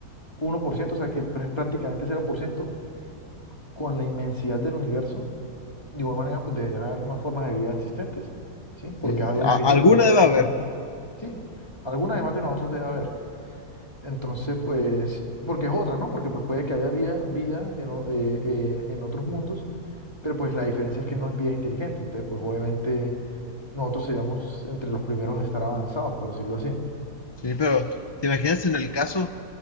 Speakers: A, on the left; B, on the left.
A: uno por ciento, o sea que pr- prácticamente cero por ciento con la inmensidad del universo, de igual manera, pues deberían haber más formas de vida existentes, ¿sí? Porque
B: Sí,
A: es
B: sí.
A: algo
B: a-
A: infinito,
B: alguna
A: ba- básicamente.
B: debe haber.
A: Sí, alguna además de nosotros debe haber. Entonces, pues, porque es otra, ¿no? Porque pues puede que haya vida, vida en, o- eh, eh, en otros mundos, pero pues la diferencia es que no es vida inteligente. Entonces, pues obviamente nosotros seríamos entre los primeros a estar avanzados, por decirlo así.
B: Sí, pero ¿te imaginas en el caso